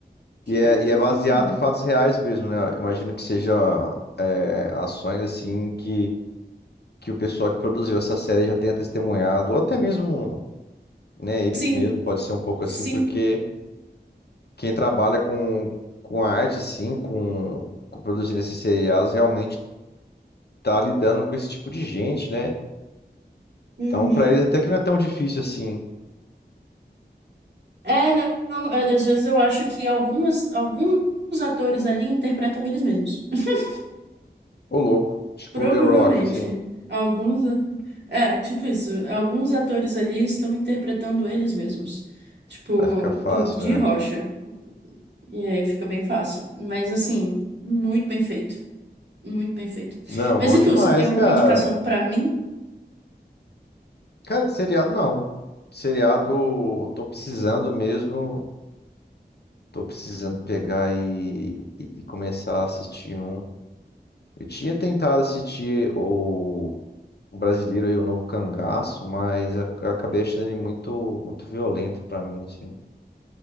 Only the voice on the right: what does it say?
que
que ele
tá
falando?
Sim,
sim.
uhum.
É, não, não, a- às vezes eu acho que algumas, alguns atores ali interpretam eles mesmos. <laughs>
Provavelmente.
Alguns. a- É, tipo isso. Alguns atores ali estão interpretando eles mesmos. Tipo,
de
rocha. E aí fica bem fácil. Mas, assim, muito bem feito. Muito bem feito.
Mas
e
tu, você tem alguma
indicação pra mim?